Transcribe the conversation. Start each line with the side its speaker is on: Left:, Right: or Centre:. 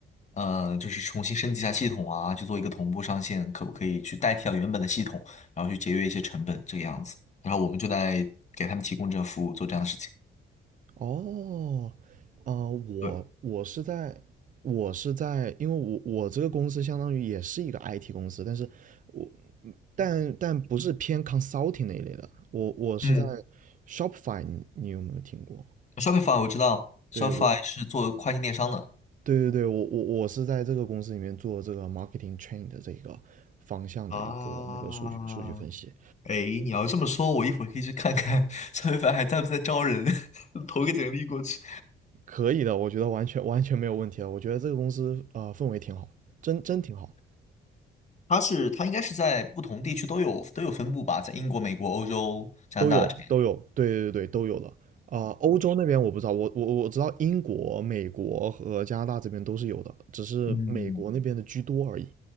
Left: 呃，就是重新升级一下系统啊，去做一个同步上线，可不可以去代替掉原本的系统，然后去节约一些成本这个样子，然后我们就在给他们提供这个服务，做这样的事情。
Right: 哦，呃，我我是在我是在，
Left: 对。
Right: 因为我我这个公司相当于也是一个 IT 公司，但是我但但不是偏 consulting 那一类的，我我是在
Left: 嗯
Right: Shopify，你你有没有听过？
Left: ，Shopify 我知道，Shopify
Right: 对我
Left: 是做跨境电商的。
Right: 对对对，我我我是在这个公司里面做这个 marketing train 的这个方向的一个那个数据数据分析，
Left: 啊，哎，你要这么说，我一会儿可以去看看蔡徐 <laughs> 凡还在不在招人，<laughs> 投个简历过去。
Right: 可以的，我觉得完全完全没有问题了。我觉得这个公司呃氛围挺好，真真挺好，
Left: 他是他应该是在不同地区都有都有分布吧，在英国、美国、欧洲、加拿大这边。
Right: 都有都有，对对对都有的。啊、欧洲那边我不知道，我我我知道英国、美国和加拿大这边都是有的，只是美国那边的居多而已。
Left: 嗯，